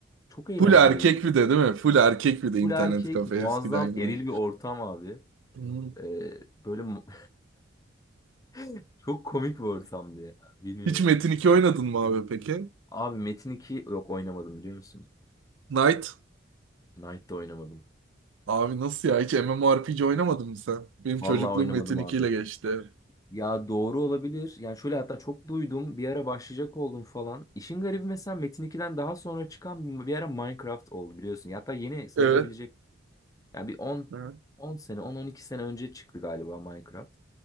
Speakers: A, on the right; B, on the left.
A: <laughs>
B: çok eğlenceliydi.
A: Full erkek bir
B: yani.
A: de değil mi? Full erkek bir de internet
B: Full erkek,
A: kafe
B: muazzam
A: eskiden yani.
B: eril bir ortam abi.
A: Hmm.
B: E, böyle mu- <laughs> çok komik bir ortamdı ya. Bilmiyorum.
A: Hiç Metin iki oynadın mı abi peki?
B: Abi Metin 2 yok oynamadım biliyor musun?
A: Knight?
B: Knight'da oynamadım.
A: Abi nasıl ya? Hiç MMORPG oynamadın mı sen? Benim çocukluğum
B: Vallahi oynamadım
A: Metin iki
B: abi.
A: ile geçti.
B: Ya doğru olabilir. Yani şöyle hatta çok duydum. Bir ara başlayacak oldum falan. İşin garibi mesela Metin 2'den daha sonra çıkan bir ara Minecraft oldu biliyorsun. Ya Hatta yeni sayılabilecek
A: Evet.
B: Yani bir 10
A: Evet.
B: 10 sene, 10-12 sene önce çıktı galiba Minecraft.